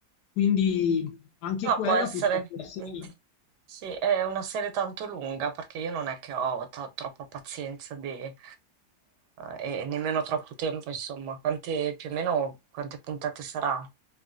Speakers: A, on the left (about 80°); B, on the right (about 90°).
A: Quindi anche
B: no,
A: quella
B: può essere.
A: potrebbe essere
B: Sì, è una serie tanto lunga perché io non è che ho ta- troppa pazienza di, eh, e nemmeno troppo tempo, insomma. Quante, più o meno quante puntate sarà?